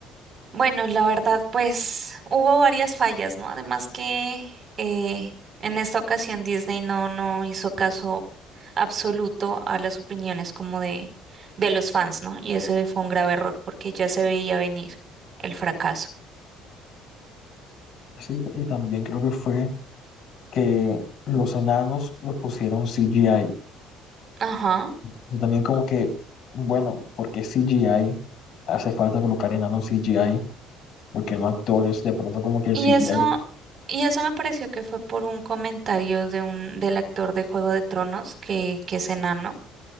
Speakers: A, on the right; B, on the left.
A: Bueno, la verdad, pues hubo varias fallas, ¿no? Además que eh, en esta ocasión Disney no, no hizo caso absoluto a las opiniones como de, de los fans, ¿no? Y ese fue un grave error porque ya se veía venir el fracaso.
B: Sí, y también creo que fue que los enanos los pusieron CGI.
A: Ajá.
B: Yo también como que, bueno, ¿por qué CGI? Hace falta colocar enanos CGI, porque no actores, de pronto como que el
A: Y
B: CGI...
A: eso, y eso me pareció que fue por un comentario de un, del actor de Juego de Tronos que, que es enano.